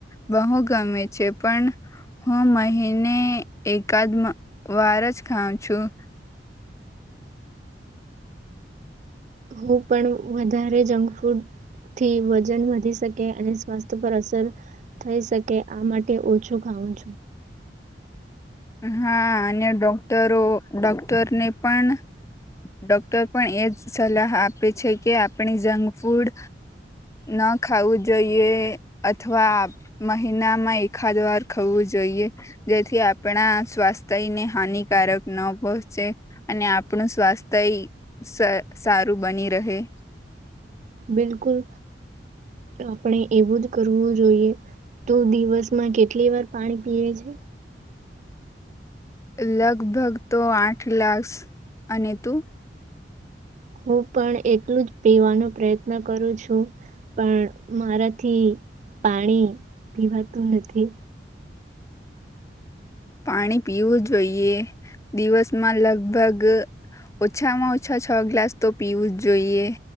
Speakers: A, on the left; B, on the right.
A: બહુ ગમે છે પણ હું મહિને એકાદ વાર જ ખાઉં છું
B: હું પણ વધારે જંક ફૂડથી વજન વધી શકે અને સ્વાસ્થ્ય પર અસર થઈ શકે આ માટે ઓછું ખઉં છું
A: હા અને ડોક્ટરો ડોક્ટરને પણ ડોક્ટર પણ એજ સલાહ આપે છે કે આપણે જંક ફૂડ ન ખાવું જોઈએ અથવા મહિનામાં એકાદ વાર ખાવું જોઈએ જેથી આપણા સ્વાસ્થ્યને હાનિકારક ન પહોંચે અને આપણું સ્વાસ્થ્ય સ સારું બની રહે
B: બિલકુલ આપણે એવું જ કરવું જોઈએ તો દિવસમાં કેટલી વાર પાણી પીએ છે
A: લગભગ તો આઠ ગ્લાસ અને તું
B: હું પણ એટલું જ પીવાનો પ્રયત્ન કરું છું પણ મારાથી પાણી પીવાતું નથી
A: પાણી પીવું જોઈએ દિવસમાં લગભગ ઓછામાં ઓછા છ ગ્લાસ તો પીવું જ જોઈએ